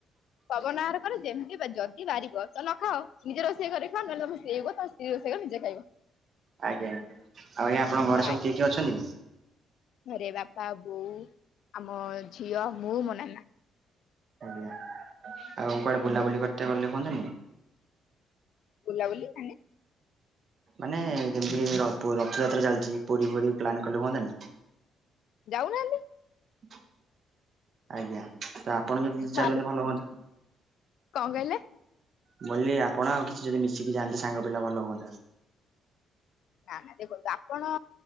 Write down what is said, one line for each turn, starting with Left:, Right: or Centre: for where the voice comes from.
Left: ପବନ ବାହାର ଯେମିତି ଯଦି ବାରିବ ତ ନ ଖାଅ ନିଜେ ଘରେ ଖାଅ ନହେଲେ ତ ସ୍ତ୍ରୀ ରୋଷେଇ କଲେ ନିଜେ ଖାଇବ।
Right: ଆଜ୍ଞା ଆଉ ଆଜ୍ଞା ଆପଣଙ୍କ ଘରେ
Left: ହଁ
Right: ସବୁ
Left: ଆଜ୍ଞା
Right: କିଏ କିଏ ଅଛନ୍ତି?
Left: ଘରେ ବାପା ବୋଉ, ଆମ ଝିଅ, ମୁଁ, ମୋ ନାନା।
Right: ଆଜ୍ଞା ଆଉ କୁଆଡେ ବୁଲାବୁଲି କରିତେ ଗଲେ କୁହନ୍ତାନି?
Left: ବୁଲାବୁଲି ମାନେ
Right: ମାନେ ଯେମିତି ରଥଯାତ୍ରା ଚାଲିଛି ପୁରୀ ଫୁରୀ ପ୍ଲାନ କଲେ ହୁଅନ୍ତାନି।
Left: ଯାଉ ନାହାଁନ୍ତି।
Right: <inaudible> ଆଜ୍ଞା ତ ଆପଣ ଯଦି
Left: ଭାଲୁ
Right: ଚାଲନ୍ତେ ଭଲ ହୁଅନ୍ତା?
Left: କଣ କହିଲେ?
Right: ମୁଁ କହିଲି ଆପଣ ଆଉ କିଛି ଯଦି ମିଶିକି ଯାଆନ୍ତେ ସାଙ୍ଗ ପିଲା ଭଲ ହୁଅନ୍ତା।
Left: ନା ନା ଦେଖନ୍ତୁ ଆପଣ